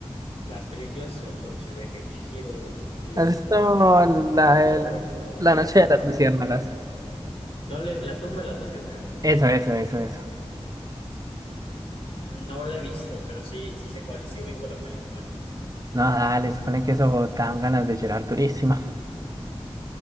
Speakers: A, on the left (about 60°); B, on the right (about 35°).
A: Las películas, sobre todo, pues, El viaje de Chihiro, Mi vecino
B: ¿Has visto la,
A: Totoro,
B: de la, la
A: El
B: noche
A: castillo
B: de las
A: del vagabundo.
B: luciérnagas?
A: No le, La tumba de las luciérnagas.
B: Eso, eso, eso, eso.
A: No la he visto, pero sí, sí sé cuál es, sí ubico la película.
B: No, dale, supone que eso dan ganas de llorar durísima.